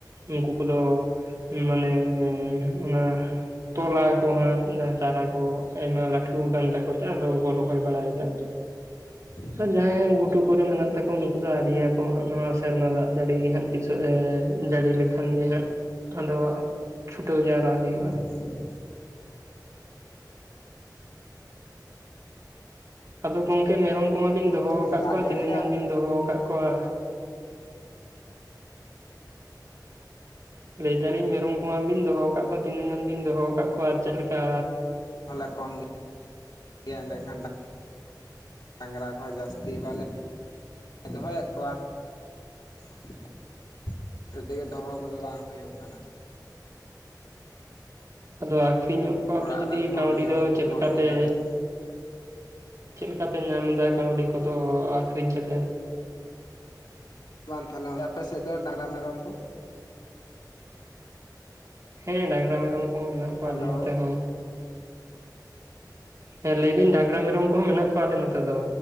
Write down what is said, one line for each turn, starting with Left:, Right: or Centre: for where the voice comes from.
Right: ᱩᱱᱠᱩ ᱠᱚᱫᱚ, ᱢᱟᱱᱮ ᱚᱱᱟ ᱛᱚᱞᱟ ᱠᱚ ᱦᱟᱸᱜ ᱡᱟᱦᱟᱸ ᱪᱟᱨᱟ ᱠᱚ ᱟᱭᱢᱟ ᱞᱟᱹᱴᱩ ᱠᱟᱱᱟ ᱛᱟᱠᱚ ᱛᱮ ᱟᱫᱚ ᱠᱚ ᱨᱚᱦᱚᱭ ᱵᱟᱲᱟᱭᱮᱫᱟ᱾
Left: <inaudible>
Right: ᱟᱨ ᱡᱟᱦᱟᱸᱭᱟᱜ ᱜᱷᱩᱴᱩ ᱠᱚᱨᱮ ᱢᱮᱱᱟᱜ ᱛᱟᱠᱚᱣᱟ ᱩᱱᱠᱩ ᱫᱚ ᱟᱹᱣᱨᱤᱭᱟᱠᱚᱣᱟ ᱦᱟᱸᱜ ᱱᱚᱣᱟ ᱥᱮᱨᱢᱟ ᱫᱟᱜ ᱡᱟᱹᱲᱤ ᱜᱮ ᱦᱟᱸᱜ ᱛᱤᱥ? ᱱᱤᱛᱚᱜ ᱮ ᱡᱟᱹᱲᱤ ᱞᱮᱠᱷᱟᱱ ᱜᱮ ᱦᱟᱸᱜ ᱟᱫᱚ ᱦᱟᱸᱜ ᱪᱷᱩᱴᱟᱹᱣ ᱡᱟᱣᱨᱟ ᱦᱩᱭᱩᱜᱼᱟ᱾
Left: <inaudible>
Right: ᱟᱫᱚ ᱜᱚᱝᱠᱮ ᱢᱮᱨᱚᱢ ᱠᱚᱢᱟ ᱵᱤᱱ ᱫᱚᱦᱚ
Left: ᱛᱟᱦᱚᱞᱮ
Right: ᱠᱟᱫ
Left: ᱫᱟᱜ
Right: ᱠᱚᱣᱟ
Left: ᱡᱟᱹᱲᱤ
Right: ᱛᱤᱱᱟᱹᱜ
Left: ᱫᱚ
Right: ᱜᱟᱱ ᱵᱤᱱ ᱫᱚᱦᱚ ᱠᱟᱫ ᱠᱚᱣᱟ? ᱞᱟᱹᱭ ᱫᱟᱞᱤᱧ ᱢᱮᱨᱚᱢ ᱠᱚᱢᱟ ᱵᱤᱱ ᱫᱚᱦᱚ ᱠᱟᱫ ᱠᱚᱣᱟ ᱛᱤᱱᱟᱹᱜ ᱜᱟᱱ ᱵᱤᱱ ᱫᱚᱦᱚ ᱠᱟᱫ ᱠᱚᱣᱟ ᱟᱨ ᱪᱮᱫᱞᱮᱠᱟ?
Left: ᱦᱚᱸᱞᱮ ᱠᱚᱢ ᱜᱮᱭᱟ ᱮᱸᱰᱮ ᱠᱷᱟᱱ ᱫᱟᱜ ᱰᱟᱸᱝᱨᱟ ᱠᱚᱦᱚᱸ ᱡᱟᱹᱥᱛᱤ ᱵᱟᱞᱮ ᱫᱚᱦᱚᱭᱮᱫ ᱠᱚᱣᱟ᱾ <unintelligible> ᱛᱮᱜᱮ ᱫᱚᱦᱚ ᱠᱚᱫᱚ ᱵᱟᱝ ᱦᱩᱭᱩᱜ ᱠᱟᱱᱟ᱾
Right: ᱟᱫᱚ ᱟᱠᱷᱨᱤᱧᱮᱫ ᱠᱚᱣᱟ
Left: ᱚᱲᱟᱜ
Right: ᱟᱯᱮ ᱡᱚᱫᱤ
Left: ᱨᱮᱱ ᱦᱚᱲ
Right: ᱠᱟᱹᱣᱰᱤ
Left: ᱡᱚᱲ
Right: ᱫᱚ
Left: ᱦᱚᱸᱠᱚ
Right: ᱪᱮᱫ
Left: ᱠᱚᱢ
Right: ᱞᱮᱠᱟ
Left: ᱜᱮᱛᱟᱞᱮᱭᱟ
Right: ᱯᱮ? ᱪᱮᱫ ᱞᱮᱠᱟ ᱯᱮ ᱧᱟᱢ ᱮᱫᱟ ᱠᱟᱹᱣᱰᱤ ᱠᱚᱫᱚ ᱟᱹᱠᱷᱨᱤᱧ ᱠᱟᱛᱮᱫ?
Left: ᱵᱟᱝ ᱛᱟᱦᱞᱮ ᱚᱸᱰᱮ ᱟᱯᱮ ᱥᱮᱫ ᱫᱚ ᱰᱟᱸᱝᱨᱟ ᱢᱮᱨᱚᱢ ᱠᱚ?
Right: ᱦᱮᱸ ᱰᱟᱸᱝᱨᱟ ᱢᱮᱨᱚᱢ ᱠᱚᱦᱚᱸ ᱢᱮᱱᱟᱜ ᱠᱚᱣᱟ
Left: ᱦᱮᱞᱳ
Right: ᱟᱞᱮ ᱱᱚᱛᱮ ᱦᱚᱸ᱾ ᱦᱮᱸ ᱞᱟᱹᱭ ᱫᱟᱹᱧ ᱰᱟᱝᱨᱟ ᱢᱮᱨᱚᱢ ᱠᱚᱦᱚᱸ ᱢᱮᱱᱟᱜ ᱠᱚᱣᱟ ᱟᱞᱮ ᱱᱚᱛᱮ ᱫᱚ᱾